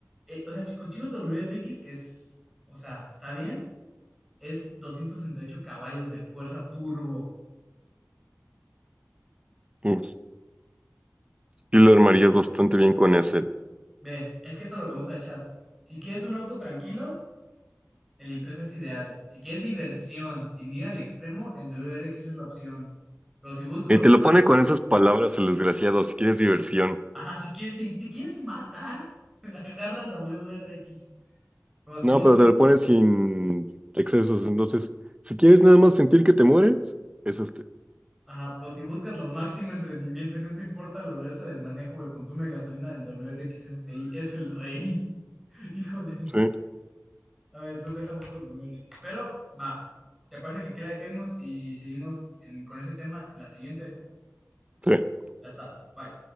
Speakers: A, in the centre; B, on the right.
A: eh, o sea, si consigo el W R X que es. O sea, está bien. Es 268 caballos de fuerza turbo.
B: mm. Sí lo armarías bastante bien con ese.
A: Ve, es que esto es lo que vamos a echar. Si quieres un auto tranquilo, el Impresa es ideal. Si quieres diversión, sin ir al extremo, el W R X es la opción. Pero si busco
B: Y
A: lo
B: te lo
A: máximo.
B: pone con esas palabras el desgraciado, si quieres diversión.
A: Ajá, si quieres, si quieres matar, <laughs> agarra el W R X Pero si
B: No,
A: buscas,
B: pero te lo pone sin excesos. Entonces, si quieres nada más sentir que te mueres, es este.
A: ajá, pero si buscas lo máximo en rendimiento y no te importa la dureza del manejo o el consumo de gasolina del WRX STI, es el rey. <laughs> Hijo de.
B: Sí,
A: A ver, entonces deja busco el WRX. Pero va. ¿Te parece que aquí la dejemos y seguimos en- con ese tema en la siguiente?
B: sí.
A: Ya está. Bye.